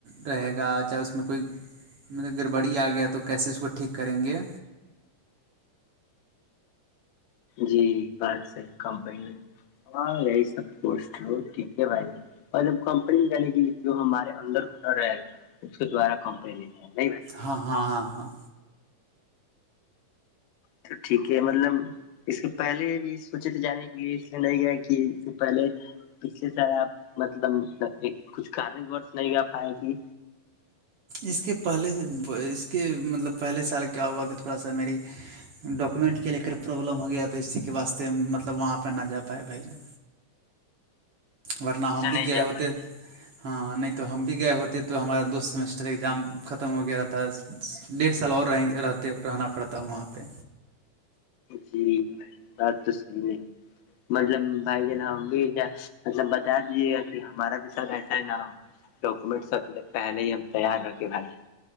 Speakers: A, on the right; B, on the left.
A: رہے گا چاہے اس میں کوئی مطلب گڑبڑی آ گیا تو کیسے اس کو ٹھیک کریں گے
B: جی کمپنی اور یہی سب ٹھیک ہے بھائی اور جب کمپنی جانے کے لیے جو ہمارے اندر ہونر رہے گا اس کے دوارا کمپنی لیتا نہیں بھائی
A: ہاں ہاں ہاں ہاں
B: تو ٹھیک ہے مطلب اس کے پہلے بھی سوچے تھ جانے کے لیے اس لیے نہیں گیا کہ اس سے پہلے پچھلے سال آپ مطلب کچھ کارنک وورس نہیں گ پائے گی
A: اس کے پہلے اس کے مطلب پہلے سال کیا ہوا کہ تھوڑا سا میری ڈاکومنٹ کے لے کر پروابلم ہو گیا تو اسی کے واسے مطلب وہاں پہ نہ جا پائے بھائی جان ورنہ
B: اس
A: ہم
B: لیے
A: بھی
B: نہیں
A: گئے
B: جا
A: ہوتے
B: پائے
A: ہاں نہیں تو ہم بھی گئے ہوتے تو ہمارا دوست سمیسٹر ایگزام ختم ہو گیا رہا تھا ڈیڑھ سال اور رہیں رہتے رہنا پڑتا وہاں پہ
B: جیری بات تو صحیح ہے مطلب بھائی جن ہم بھی مطلب بتا دیجیے گا کہ ہمارا بھی سر ایسا ہے نہ ہو ڈاکومنٹ سب پہلے ہی ہم تیار رکھے بھ ہیں